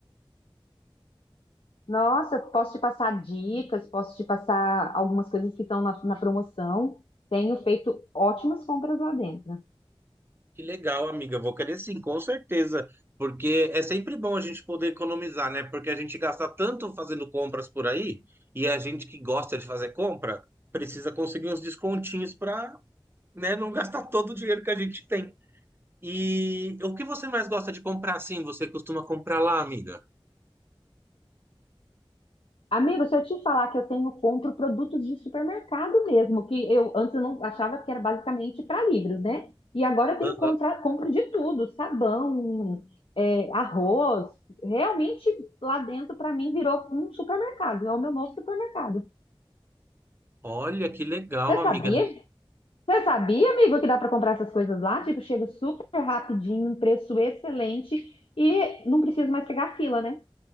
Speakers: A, on the left (about 65°); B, on the right (about 25°).
A: Nossa, posso te passar dicas, posso te passar algumas coisas que estão na, na promoção. Tenho feito ótimas compras lá dentro.
B: Que legal, amiga. Eu Vou querer sim, com certeza. Porque é sempre bom a gente poder economizar, né? Porque a gente gasta tanto fazendo compras por aí, e a gente que gosta de fazer compra precisa conseguir uns descontinhos para, né, não gastar todo o dinheiro que a gente tem. E o que você mais gosta de comprar assim? Você costuma comprar lá, amiga?
A: Amigo, se eu te falar que eu tenho compro produtos de supermercado mesmo, que eu antes eu não achava que era basicamente para livros, né? E agora eu tenho
B: Aham.
A: compra, compro de tudo, sabão, é, arroz. Realmente lá dentro para mim virou um supermercado, é o meu novo supermercado.
B: Olha, que legal,
A: Você
B: amiga.
A: sabia? Você sabia, amigo, que dá para comprar essas coisas lá? Tipo, chega super rapidinho, um preço excelente e não preciso mais pegar fila, né?